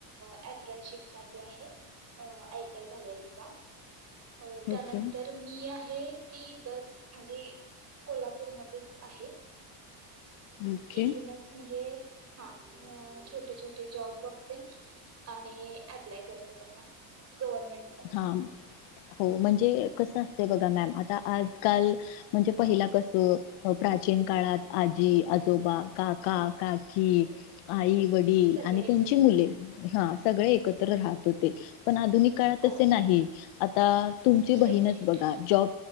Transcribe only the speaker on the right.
ॲपरानशिप साठी आहे. आयट्या झालाय तिचा अ त्यानंतर
मी आहे. ती इथच म्हणजे कोल्हापूरमध्येच आहे.
इथूनच म्हणजे हा अ छोटे छोटे ते जॉब बघते आणि अप्लाय करते त्यांना. गव्हर्मेंटमध्ये
सगळे
होते
हो
सेपरेट